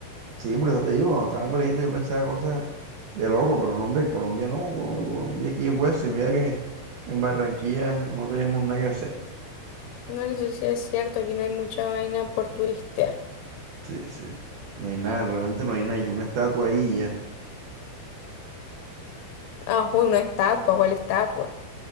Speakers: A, on the right (about 65°); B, on the left (about 80°).
A: Sí, por eso te digo, cuando estaba peladito yo pensaba cosas de loco, pero no, hombre, Colombia no, Col- Colombia aquí es hueso y mira que, que en Barranquilla no tenemos nada que hacer.
B: No, no sé si es cierto, aquí no hay mucha vaina por turista.
A: Sí, sí, no hay nada, realmente no hay nada, hay una estatua ahí y ya,
B: Ah, uy, una estatua, ¿cuál estatua?